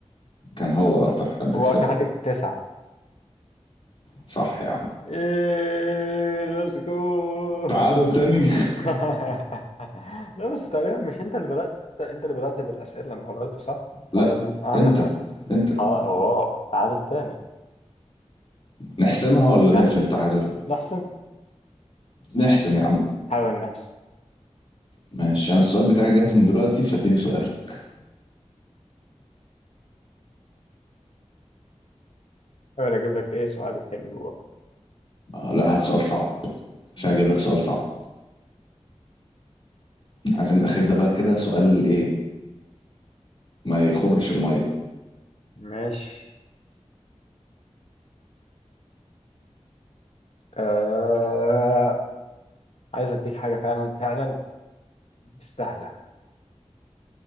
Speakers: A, on the left (about 50°); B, on the left (about 65°).
A: كان هو
B: ولا
A: اكتر
B: لأ.
A: حد
B: هو
A: كسبها
B: أكتر حد تسعة
A: صح يا عم
B: إيه ليتس جو
A: تعادل تاني
B: <laughs> لا بس تقريبا مش أنت اللي بدأت أنت اللي بدأت بالأسئلة المرة دي صح؟
A: لا
B: ولا أنا؟
A: انت
B: أنا
A: انت
B: أه واو تعادل تاني
A: نحسمها ولا نقفل
B: نحسم
A: تعادل
B: نحسم
A: نحسم يا عم
B: نحاول نحسم
A: ماشي انا السؤال بتاعي جاهز من دلوقتي فاديني سؤالك
B: حاول أجيب لك إيه سؤال حلو بقى.
A: آه لا هات سؤال صعب عشان
B: ماشي
A: اجيب لك سؤال صعب عايزين الاخير ده بقى كده سؤال ايه ما يخرش الميه
B: ماشي آه... عايز اديك حاجه فعلا فعلا مستاهله